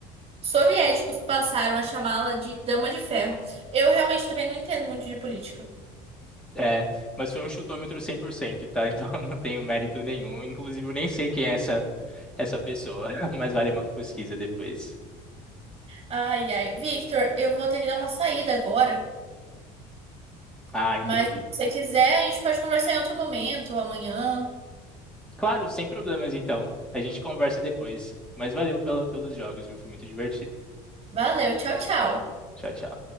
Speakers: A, on the right; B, in the centre.
A: Soviéticos passaram a chamá-la de Dama de Ferro. Eu realmente também não entendo muito de política.
B: É, mas foi um chutômetro 100%, tá? <laughs> Então eu não tenho mérito nenhum. Inclusive, eu nem sei quem é essa, essa pessoa, <laughs> mas vale uma pesquisa depois.
A: Ai, ai. Victor, eu vou ter que dar uma saída agora,
B: Ah, entendi.
A: mas se você quiser, a gente pode conversar em outro momento, amanhã.
B: Claro, sem problemas então. A gente conversa depois. Mas valeu pela, pelos jogos, viu? Foi muito divertido.
A: Valeu, tchau, tchau.
B: Tchau, tchau.